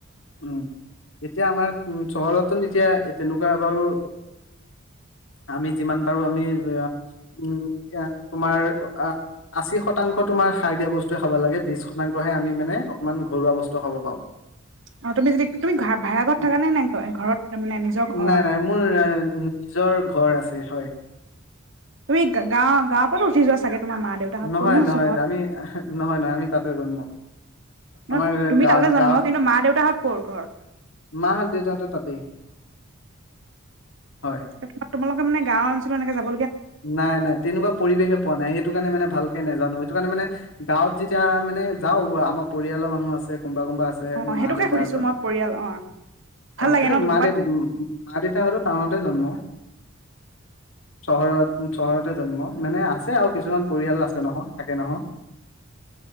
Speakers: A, on the left; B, on the right.
A: উম, এতিয়া আমাৰ চহৰতো এতিয়া তেনেকুৱা বাৰু আমি যিমান পাৰো আমি উম তোমাৰ আহ আশী শতাংশ তোমাৰ সাৰ দিয়া বস্তু <unintelligible> খাব লাগে বিশ শতাংশহে আমি মানে অকণমান ঘৰুৱা বস্তু খাব পাওঁ।
B: অঁ, তুমি যদি তুমি ঘা-ভাড়া ঘৰত
A: উম,
B: থাকা নে নে ঘৰত মানে নিজৰ ঘৰ
A: নাই
B: হয়।
A: নাই মোৰ আহ, নিজৰ <unintelligible> হয়।
B: তুমি গাওঁ-গাওঁ পৰাটো উঠি যোৱা চাগে। তোমাৰ মা দেউতাহঁত
A: নহয়
B: ক'তনো
A: নহয়
B: চহৰত
A: আমি <unintelligible> নহয় নহয় আমি তাতে জন্ম
B: ন
A: আমাৰ
B: তুমি
A: গা
B: তাতে জন্ম
A: গাওঁত,
B: কিন্তু মা দেউতাহঁত ক'ৰ ঘৰ?
A: মাহত দেউতাহতৰ তাতেই। হয়
B: <unintelligible> <unintelligible> মানে গাঁও অঞ্চলত এনেকে যাব
A: নাই নাই তেনেকুৱা পৰিৱেশে পোৱা নাই সেইটো কাৰণে মানে ভালকে নেজানো সেইটো কাৰণে মানে গাঁৱত যিটো এতিয়া মানে যাওঁ আমাৰ পৰিয়ালৰ মানুহ আছে। কোনবা কোনবা আছে
B: অ' সেইটোকে
A: মা দেউতাহঁতৰ,
B: সুধিছো মই পৰিয়াল অ'
A: <unintelligible>
B: ভাল লাগে
A: কিন্তু
B: ন তেনেকুৱাত
A: মা দেউতা মা দেউতাহঁতৰ টাউন <unintelligible> চহৰত। চহৰতে জন্ম মানে আছে আৰু কিছুমান পৰিয়াল আছে নহয় থাকে নহয়,